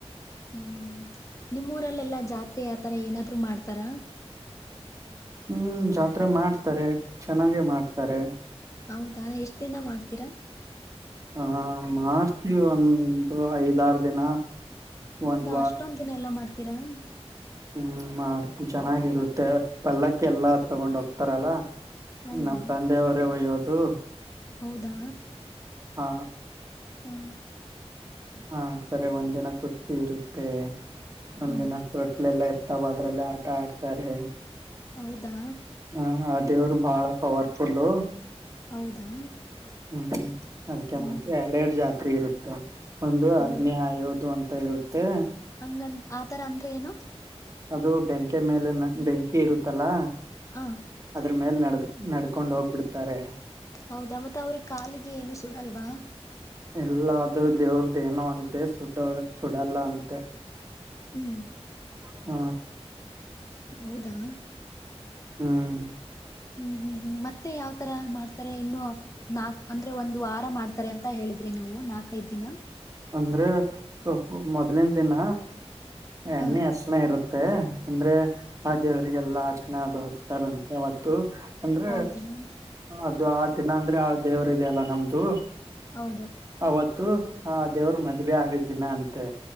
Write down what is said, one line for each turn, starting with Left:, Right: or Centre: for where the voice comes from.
Left: ಓಂ- ನಿಮ್ಮೂರಲ್ಲೆಲ್ಲಾ ಜಾತ್ರೆ ಆತರ ಏನಾದ್ರು ಮಾಡ್ತಾರ
Right: ಹ್ಮ್ ಜಾತ್ರೆ ಮಾಡ್ತಾರೆ ಚೆನ್ನಾಗೆ ಮಾಡ್ತಾರೆ
Left: ಹೌದಾ ಎಷ್ಟ ದಿನ ಮಾಡ್ತೀರಾ
Right: ಆ ಆ- ಮಾರ್ಚ್ ಒಂದು ಐದಾರು ದಿನ
Left: ಹೌದಾ
Right: ಒಂದ್
Left: ಅಷ್ಟೊಂದ ದಿನ ಎಲ್ಲ ಮಾಡ್ತ್ ತಿಿರಂಗ
Right: ಊ- ಮಾಡ್ತೀ ಚೆನ್ನಾಗಿರುತ್ತೆ ಪಲ್ಲಕ್ಕೆ ಎಲ್ಲಾ ತಗೊಂಡ್ ಹೋಗ್ತಾರಲ್ಲ
Left: ಹೌದಾ
Right: ನಮ್ಮ ತಂದೆವರೇ ಒಯ್ಯೋದು ಹೂಂ
Left: ಹೌದಾ
Right: ಆ
Left: ಹ್ಮ
Right: ಹಾಡ್ತಾರೆ ಒಂದ್ ದಿನ ಕುಸ್ತಿ ಇರುತ್ತೆ ಒಂದಿನ
Left: ಹ್ಮ್
Right: ತ ಒಟ್ಲೆ ಎಲ್ಲಾ ಇರ್ತ ತಾವ ಅದ್ರಲ್ಲಿ ಆಟ ಆಡ್ತಾರೆ
Left: ಹೌದಾ.
Right: ಹಾ ಅ ದೇವ್ರು ಬಾಳ ಪವರ್ಫುಲ್ಲ
Left: ಹೌದಾ.
Right: ಹ್ಮ ಅಡಿಕೆ
Left: ಹ್ಮ್
Right: ಮಾಡ್ತ ಎರಡೆ ಎರಡು ಜಾಗ <unintelligible> ಇರುತ್ತೆ ಒಂದು ಹದ್ನೇ
Left: ಹೌದ
Right: <unintelligible> <unintelligible> ತ ಇರುತ್ತೆ
Left: ಹಂಗ ಆತರ ಅಂದ್ರೆ ಏನು.
Right: ಅದು ಬೆಂಕಿ ಮೇಲೆ ನ ಬೆಂಕಿ ಇರುತ್ತಲ್ಲಾ
Left: ಹ
Right: ಅದ್ರ ಮೇಲೆ ನಡತ ನಡ್ಕೊಂಡ ಹೋಗ್ಬಿಡ್ತಾರೆ
Left: ಹೌದಾ ಮತ್ತೆ ಅವ್ರಿಗೆ ಕಾಲಿಗೆ ಏನು ಸುಡಲ್ವಾ.
Right: ಎಲ್ಲ ಅದು ದೇವ್ರದ ಏನೋ ಅಂತೆ ಸುಟ ಸುಡಲ್ಲ ಅಂತೆ.
Left: ಹ್ಮ್.
Right: ಹ್ಮ
Left: ಹೌದಾ
Right: ಹ್ಮ್
Left: ಹ್ಮ್ ಹ್ಮ್ ಮತ್ತೆ ಯಾವ್ತರ ಮಾಡ್ತಾರೆ ಇನ್ನು ನಾಕ್ ಅಂದ್ರೆ ಒಂದು ವಾರ ಮಾಡ್ತಾರೆ ಅಂತ ಹೇಳಿದ್ರಿ ನೀವು ನಾಕೈದ ದಿನ.
Right: ಅಂದ್ರೆ ಮೊದ್ಲಿನ ದಿನ ಎಣ್ಣೆ
Left: ಹ
Right: ಅಶಣ ಇರುತ್ತ ಮತ್ತ ಅಂದ್ರೆ ಆ ದೇವರಿಗೆಲ್ಲಾ ಅರ್ಚಣೆ <unintelligible> ಅವತ್ತು. ಅಂದ್ರೆ
Left: ಹೌದಾ
Right: ಇದು ಆ ದಿನ ಅಂದ್ರೆ ಆ ದೇವರುದೆ ಅಲ್ಲ ನಮ್ದು.
Left: ಹೌದು
Right: ಅವತ್ತು ಹಾ ದೇವ್ರರು ಮದ್ವೆ ಆಗಿದ್ದಿನ ಅಂತೆ